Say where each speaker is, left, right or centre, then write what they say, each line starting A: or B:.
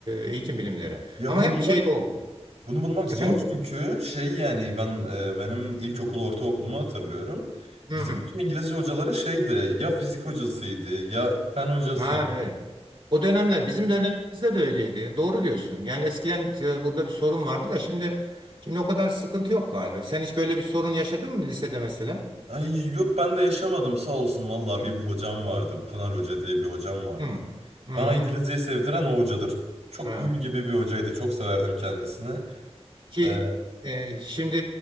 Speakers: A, on the right; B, on the right.
A: e, eğitim bilimleri.
B: Ya
A: Ama
B: bunu
A: hep
B: bulmak,
A: şeyde oldum.
B: bunu bulmak zor
A: Efendim?
B: çünkü şey yani ben e, benim ilkokulu ortaokulumu hatırlıyorum.
A: Hı.
B: Bizim bütün İngilizce hocaları şeydi ya fizik hocasıydı ya fen hocasıydı.
A: Ha, evet. O dönemler bizim dönemimizde de öyleydi. Doğru diyorsun. Yani eskiden e, burada bir sorun vardı da şimdi şimdi o kadar sıkıntı yok galiba. Sen hiç böyle bir sorun yaşadın mı lisede mesela?
B: Ay yok ben de yaşamadım sağ olsun vallahi
A: Hı.
B: bir hocam vardı. Pınar Hoca diye bir hocam vardı.
A: Hı. Hı. hı.
B: Bana İngilizceyi sevdiren o hocadır. Çok
A: Ha.
B: gül gibi bir hocaydı. Çok severdim kendisini.
A: Ki
B: Ee,
A: e, şimdi